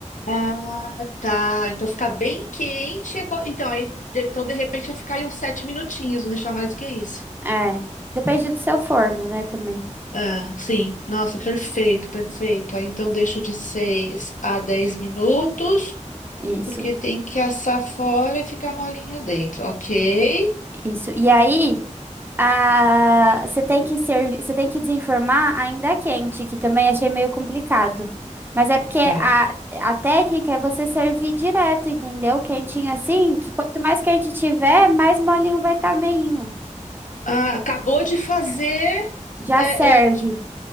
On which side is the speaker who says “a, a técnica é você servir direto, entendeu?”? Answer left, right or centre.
Right